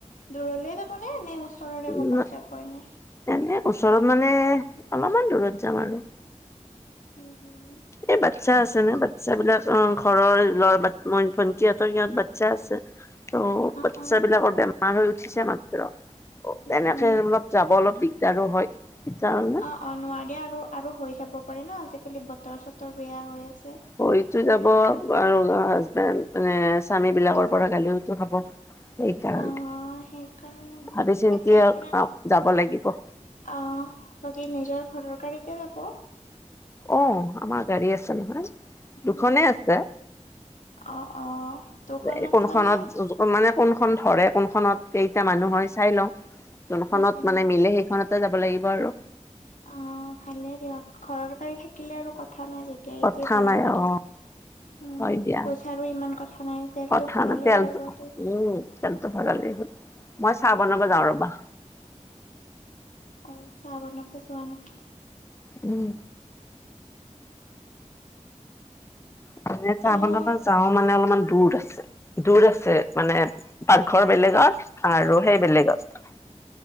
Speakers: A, on the left; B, on the left.
A: দূৰলে যাব নে নে ওচ ওচৰৰে
B: উম,
A: ক'ৰবাত যাব এনেই?
B: এনে ওচৰত মানে অলপমান দূৰত যাম আৰু।
A: হুম হুম।
B: এই বাচ্ছা আছে ন বাচ্ছ বিলাক অ ঘৰৰ ল ভনকিহঁতৰ সিহঁত বাচ্ছা আছে। ত'
A: অ
B: বাচ্ছা
A: অ
B: বিলাকৰ বেম মাৰ হৈ উঠিছে মাত্ৰ।
A: উম
B: এনেকে
A: উম
B: অলপ যাব অলপ দিগদাৰো হয়
A: অ অ নোৱাৰি আৰু আৰু হৈ যাব পাৰে ন আজিকালি বতৰ চতৰ বেয়া হৈ আছে
B: হৈ তো
A: সেনেকুৱা
B: যাব আৰু হাজবেণ্ড মানে স্বামী বিলাকৰ পৰা গালিও হয়তো খাব সেইকাৰণে।
A: অ সেইকাৰণে
B: ভাবি চিন্তি
A: বাকী আপোনাৰ
B: আহ যাব লাগিব।
A: অ বাকী নিজৰ ঘৰৰ গাড়ীতে যাব?
B: অ আমাৰ গাড়ী আছে নহয়। দুখনেই
A: উম হম
B: আছে
A: অ', অ', দুখনত
B: এই কোনোখনত
A: মানে
B: মানে কোনখন ধৰে কোনখনত কেইটা মানুহ হয় চাই লওঁ। যোনখনত
A: উম, উম।
B: মানে মিলে সেইখনতে যাব লাগিব আৰু।
A: অ ভালে দিয়ক ঘৰৰ গাড়ী থাকিলে আৰু কথা নাই যে গড়ীতে
B: কথা
A: যাব
B: নাই
A: পাৰি।
B: অ'
A: উম
B: হয় দিয়া
A: পইচাৰো ইমান কথা নাই তেলটো
B: কথা
A: ভৰালেই
B: নাই তেলটো
A: হৈ গ'ল।
B: উম তেলটো ভৰালেই হ'ল মই চাহ বনাব যাওঁ ৰবা।
A: অ চাহ বন যোৱা <unintelligible>
B: উম। মানে চাহ
A: অ',
B: বনাব যাও মানে অলপমান দূৰ আছে দূৰ আছে মানে পাকঘৰ বেলেগত আৰু সেই বেলেগত।